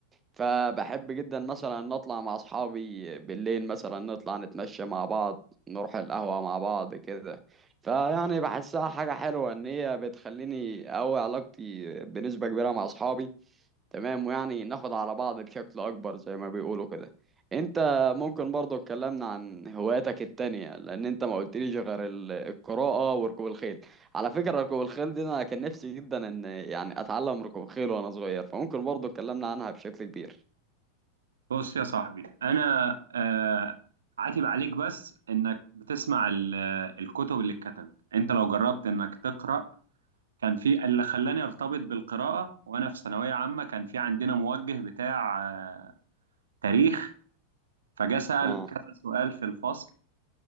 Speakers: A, on the right (about 20°); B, on the right (about 65°).
A: فبحب جدا مثلا ان اطلع مع اصحابي بالليل مثلا نطلع نتمشى مع بعض نروح القهوة مع بعض كده فيعني بحسها حاجة حلوة ان هي بتخليني اقوي علاقتي بنسبة كبيرة مع اصحابي تمام ويعني ناخد على بعض بشكل اكبر زي ما بيقولوا كده انت ممكن برضو اتكلمنا عن هواياتك التانية لان انت ما قلتليش غير ال- القراءة وركوب الخيل على فكرة ركوب الخيل دي انا كان نفسي جدا ان يعني اتعلم ركوب خيل وانا صغير فممكن برضو اتكلمنا عنها بشكل كبير
B: بص يا صاحبي انا آه عاتب عليك بس انك بتسمع ال- الكتب اللي اتكتبت انت لو جربت انك تقرا كان في اللي خلاني ارتبط بالقراءه وانا في ثانويه عامه كان في عندنا موجه بتاع آه تاريخ فجاء سال
A: اه
B: كذا سؤال في الفصل